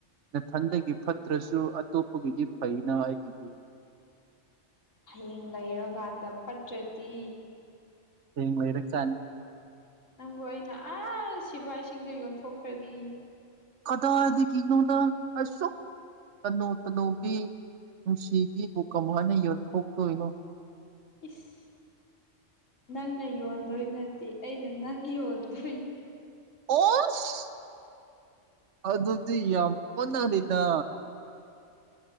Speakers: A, on the right; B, on the left.
A: ꯅꯊꯟꯗꯒꯤ ꯐꯠꯇ꯭ꯔꯁꯨ ꯑꯇꯣꯞꯄꯒꯤꯗꯤ ꯐꯩꯅ ꯑꯩꯒꯤꯗꯤ
B: ꯍꯌꯦꯡ ꯂꯩꯔꯀꯥꯟꯗ ꯐꯠꯇ꯭ꯔꯇꯤ
A: ꯍꯌꯦꯡ ꯂꯩꯔꯀꯥꯟ
B: ꯅꯪꯕꯨ ꯑꯩꯅ ꯑꯁ ꯁꯤꯐꯏꯁꯤꯡꯗ ꯌꯣꯟꯊꯣꯛꯈ꯭ꯔꯗꯤ
A: ꯀꯗꯥꯏꯗꯒꯤꯅꯣꯗ ꯑꯁꯨꯛ ꯇꯅꯧ ꯇꯅꯧꯕꯤ ꯅꯨꯡꯁꯤꯕꯤꯕꯨ ꯀꯃꯥꯏꯅ ꯌꯣꯟꯊꯣꯛꯇꯣꯏꯅꯣ꯫
B: ꯏꯁ ꯅꯪꯅ ꯌꯣꯟꯗꯣꯏ ꯅꯠꯇꯦ ꯑꯩꯩꯅ ꯅꯪ ꯌꯣꯟꯗꯣꯏꯅꯤ꯫
A: ꯑꯣꯁ ꯑꯗꯨꯗꯤ ꯌꯥꯝ ꯑꯣꯟꯅꯅꯤꯗ꯫